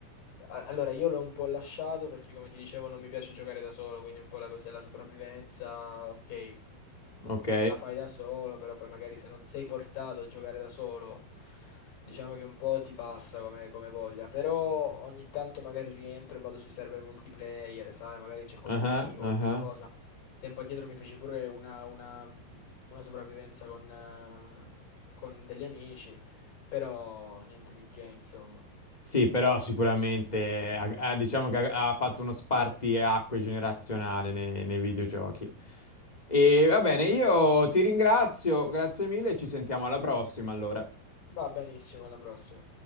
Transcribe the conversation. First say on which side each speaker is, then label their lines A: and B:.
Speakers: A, on the left; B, on the left.
A: A- Allora, io l'ho un po' lasciato perché, come ti dicevo, non mi piace giocare da solo, quindi un po' la cosa della sopravvivenza, ok,
B: ok.
A: la fai da solo, però poi magari se non sei portato a giocare da solo, diciamo che un po' ti passa come, come voglia, però ogni tanto magari rientro e vado sui server multiplayer, sai, magari c'è qualche
B: Ah,
A: amico,
B: ah.
A: qualche cosa. Tempo addietro mi feci pure una, una- una sopravvivenza con, eh, con degli amici, però niente di che, insomma.
B: Sì, però sicuramente eh, ha- ha- diciamo che ha, ha fatto uno spartiacque generazionale nei, nei videogiochi. E va bene,
A: Sì, sì.
B: io ti ringrazio, grazie mille, ci sentiamo alla prossima allora.
A: Va benissimo, alla prossima.